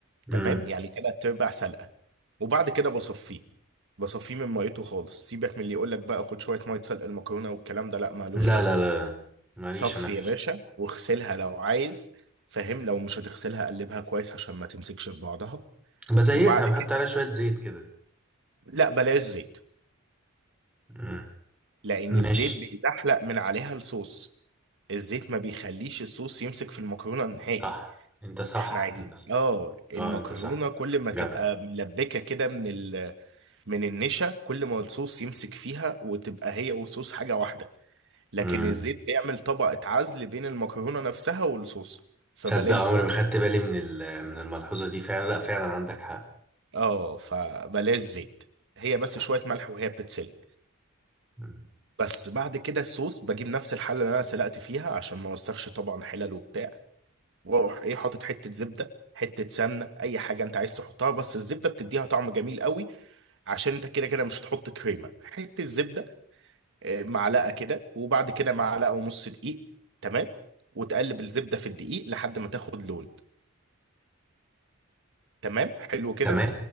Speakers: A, in the centre; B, on the right.
A: امم
B: تمام يعني تلات ارباع سلقه وبعد كده بصفيه بصفيه من ميته خالص سيبك من اللي يقول لك بقى خد شويه ميه سلق المكرونه والكلام ده لا مالوش
A: لا
B: لازمه
A: لا لا لا. ماليش
B: صفي
A: انا في
B: يا باشا واغسلها لو عايز فاهم لو مش هتغسلها قلبها كويس عشان ما تمسكش في بعضها
A: بزيتها
B: وبعد
A: بحط
B: كده
A: عليها شويه زيت كده
B: لا بلاش زيت
A: مم.
B: لان
A: ماشي
B: الزيت بيزحلق من عليها الصوص الزيت ما بيخليش الصوص يمسك في المكرونة نهائي
A: صح انت صح
B: احنا عايزين
A: انت صح
B: اه المكرونة
A: اه انت صح
B: كل ما تبقى
A: جدع
B: ملبكة كده من ال... من النشا كل ما الصوص يمسك فيها وتبقى هي والصوص حاجة واحدة لكن
A: امم
B: الزيت بيعمل طبقة عزل بين المكرونة نفسها والصوص فبلاش
A: تصدق عمري
B: زيت
A: ما خدت بالي من ال- من الملحوظه دي فعلا لا فعلا عندك حق
B: اه فبلاش زيت هي بس
A: صح
B: شوية ملح وهي بتتسلق
A: مم.
B: بس بعد كده الصوص بجيب نفس الحلة اللي انا سلقت فيها عشان ما اوسخش طبعا حلل وبتاع واروح ايه حاطط حته زبده حته سمنه اي حاجه انت عايز تحطها بس الزبده بتديها طعم جميل قوي عشان انت كده كده مش هتحط كريمه حته زبده آه، معلقه كده وبعد كده معلقه ونص دقيق تمام وتقلب الزبده في الدقيق لحد ما تاخد لون تمام حلو كده
A: تمام